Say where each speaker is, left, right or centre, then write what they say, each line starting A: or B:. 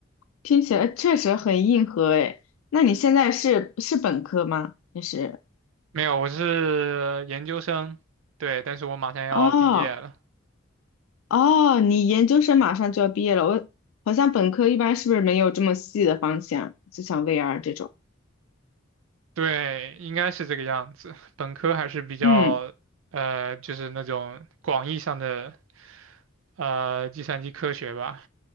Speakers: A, on the left; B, on the right.
A: 听起来确实很硬核哎。那你现在是是本科吗？还是？
B: 没有，我是研究生，对，但是我马上要毕业了。
A: 哦哦，你研究生马上就要毕业了，我好像本科一般是不是没有这么细的方向，就像 VR 这种。
B: 对，应该是这个样子。本科还是比较，
A: 嗯
B: 呃，就是那种广义上的，呃，计算机科学吧。